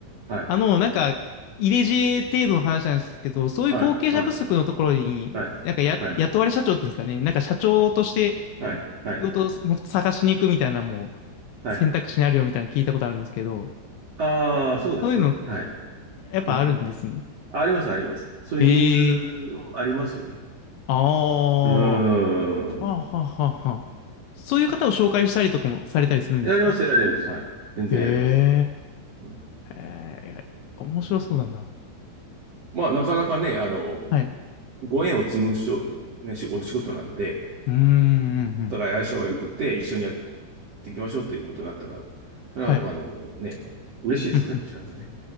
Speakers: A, on the right (about 60°); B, on the left (about 80°).
A: はい。
B: あの、なんか、入れ知恵程度の話なんですけど、そういう後継者不足のところに、
A: はい。はい。はい。
B: なんかや、
A: はい。
B: 雇われ社長っていうんですかね、なんか社長として、
A: はい。はい。
B: 仕事をもっと探しに行くみたいなのも
A: はい。
B: 選択肢にあるよみたいなの聞いたことあるんですけど、
A: ああ、そうですね。
B: そういうの
A: はい。
B: やっぱあるんですね。
A: うん。あります、あります。そういうニーズもありますよね。
B: ええああ、
A: うーん。
B: はあはあはあはあ。そういう方を紹介したりとかもされたりするんですか
A: やります、やります。はい。全然やります。
B: へ
A: うん。
B: え、へえ、面白そうだな。
A: まあ、なかなかね、あの、
B: はい。う
A: ご縁を紡ぐしょ、ね、しお仕事なんで、
B: ーん、うんうん
A: お互い相性が良くて、一緒にやっていきましょうということになったら、それは、
B: はい。
A: まあ、あのね、嬉しいですね、
B: うんうん。
A: こちらもね。